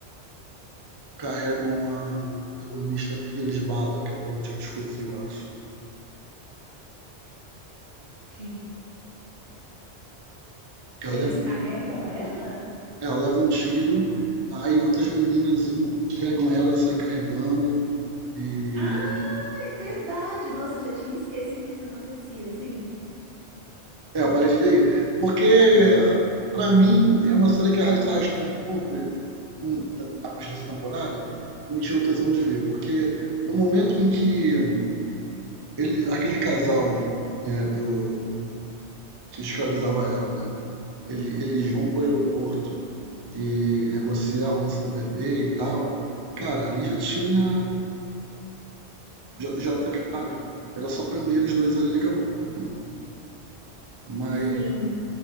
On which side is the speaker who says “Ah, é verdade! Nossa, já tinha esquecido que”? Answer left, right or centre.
Right